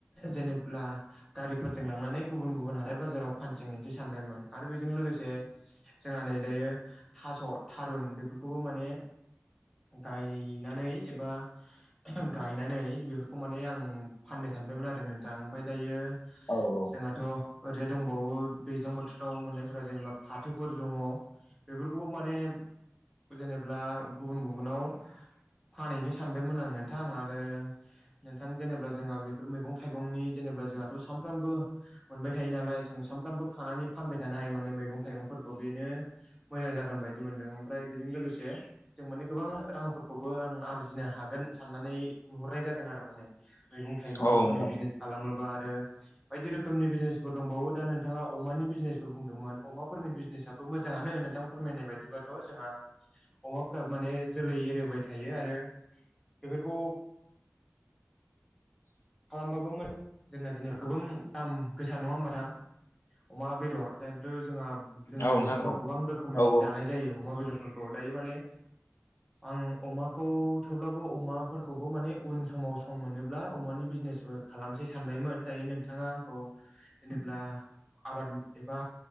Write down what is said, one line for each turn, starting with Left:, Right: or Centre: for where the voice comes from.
Centre: जेनेब्ला गारिफोरजों लांनानै गुबुन गुबुन हाथाय बाजाराव फानथिं हैनोसै सानबायमोन आरो बेजों लोगोसे जोंहा नै दायो थास' थारुन बेफोरखौबो माने गायनानै एबा गायनानै बेफोरखौ माने आं फान ननो सानदोमोन आरो नोंथां ओमफ्राय दायो
Left: औ औ
Centre: जोंहाथ' ओरैजाय दंबावो दैज्लां बोथोराव मोननायफोरा जेनेबा फाथोफोर दङ बेफोरखौबो माने जेनेबा गुबुन गुबुनाव फानहैनो सानबायमोन आं नोंथां आरो नोंथां जेनेबा जोंहा बेफोर मैगं थाइगंनि जेनेबा जोंहाथ' सानफ्रामबो मोनबाय थायो नालाय जों साफ्रोमबो खानानै फानबाय थानो हायो माने मैगं थाइगंफोरखौ बेनो मोजां जागोन बायदि मोन्दों ओमफ्राय बेजों लोगोसे जों माने गोबां रांफोरखौबो आं आरजिनो हागोन साननानै नुहरनाय जादों आरो माने मैगं थाइगंफोरनि
Left: औ नोंथां
Centre: बिजनेस खालामोबा बायदि रोखोमनि बिजनेफोर दंबावो दा नोंथाङा अमानि बिजनेसबो बुंदोंमोन अमाफोरनि बिजनेस आबो नोंथां फोरमायनाय बादिब्ला थ' जोंहा अमा फ्राबो माने जोलै एरोहोबाय थायो आरो बेफोरखौ खालामबाबो मोजां जोंना जेनेबा गोबां दाम गोसा नङा होमबा नोंथां अमा बेदर दायथ' जोंहा जोंनि
Left: औ नोंथां
Centre: ओनसोलफोराव
Left: औ
Centre: गोबां रोखोमै
Left: औ
Centre: जानाय जायो अमा बेदरफोरखौ दायो माने आं अमाखौ थेवब्लाबो अमाफोरखौबो माने उन समाव सम मोनोब्ला अमानि बे बिजनेसबो खालामसै सानबायमोन दायो नोंथाङा आंखौ जेनेब्ला आबाद एबा